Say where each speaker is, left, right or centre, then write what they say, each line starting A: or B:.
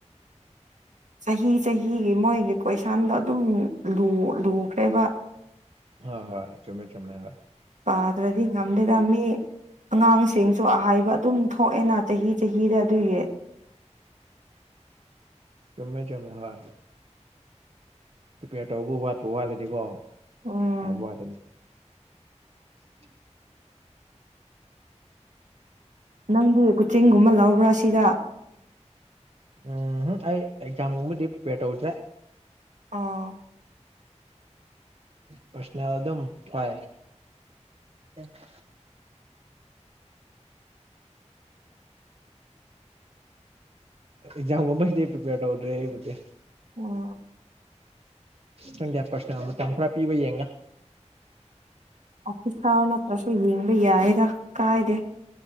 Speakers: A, on the right; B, on the right.
A: ꯆꯍꯤ ꯆꯍꯤꯒꯤ ꯃꯣꯏꯒꯤ ꯀꯣꯏꯁꯟꯗꯣ ꯑꯗꯨꯝ ꯂꯨ ꯂꯨꯈ꯭ꯔꯦꯕ
B: ꯍꯣ ꯍꯣꯏ ꯆꯨꯝꯃꯦ ꯆꯨꯝꯃꯦ ꯍꯣꯏ
A: ꯄꯥꯗ꯭ꯔꯗꯤ ꯉꯜꯗꯦꯗ ꯃꯤ ꯑꯉꯥꯡꯁꯤꯡꯁꯨ ꯑꯍꯥꯏꯕ ꯑꯗꯨꯝ ꯊꯣꯛꯑꯦꯅ ꯆꯍꯤ ꯆꯍꯤꯗ ꯑꯗꯨꯒꯤ
B: ꯆꯨꯝꯃꯦ ꯆꯨꯝꯃꯦ ꯍꯣꯏ ꯄ꯭ꯔꯤꯄꯦꯌꯔ ꯇꯧꯕ ꯋꯥꯠꯄ ꯋꯥꯠꯂꯗꯤꯀꯣ
A: ꯎꯝ
B: ꯍꯥꯏꯕ ꯋꯥꯗꯅꯤ ꯑꯟꯑꯣꯗꯤꯕꯜ
A: ꯅꯪꯗꯤ ꯀꯨꯆꯤꯡꯒꯨꯝꯕ ꯂꯧꯕ꯭ꯔꯥ ꯁꯤꯗ
B: ꯎꯝꯍꯝ ꯑꯩ ꯑꯦꯛꯖꯥꯝꯒꯨꯝꯕꯗꯤ ꯄ꯭ꯔꯤꯄꯦꯌꯔ ꯇꯧꯗ꯭ꯔꯦ
A: ꯑꯥ
B: ꯄꯔꯁꯅꯦꯜ ꯑꯗꯨꯝ ꯍꯣꯏ ꯑꯟꯑꯣꯗꯤꯕꯜ
A: ꯑꯟꯑꯣꯗꯤꯕꯜ
B: ꯑꯦꯛꯖꯥꯝꯒꯨꯝꯕꯒꯤꯗꯤ ꯄ꯭ꯔꯤꯄꯦꯌꯔ ꯇꯧꯗ꯭ꯔꯦ ꯑꯩꯕꯨꯗꯤ
A: ꯑꯣ
B: ꯈꯪꯗꯦ ꯄꯔꯁꯅꯦꯜ ꯃꯇꯝ ꯈꯔ ꯄꯤꯕ ꯌꯦꯡꯒꯦ
A: ꯑꯣꯐꯤꯁꯔ ꯅꯠꯇ꯭ꯔꯁꯨ ꯌꯦꯡꯕ ꯌꯥꯌꯦꯗ ꯀꯥꯏꯗꯦ